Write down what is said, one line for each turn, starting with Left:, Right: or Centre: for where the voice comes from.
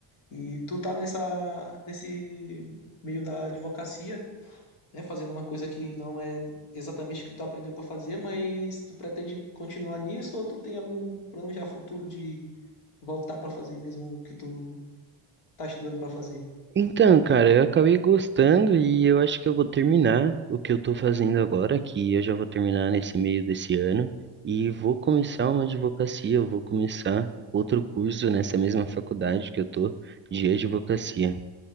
Left: E tu tá nessa, nesse meio da advocacia, né, fazendo uma coisa que não é exatamente o que tu aprendeu para fazer, mas tu pretende continuar nisso ou tu tem algum plano já futuro de voltar para fazer mesmo o que tu tá estudando para fazer?
Right: Então, cara, eu acabei gostando e eu acho que eu vou terminar o que eu tô fazendo agora, que eu já vou terminar nesse meio desse ano, e vou começar uma advocacia, eu vou começar outro curso nessa mesma faculdade que eu tô de advocacia.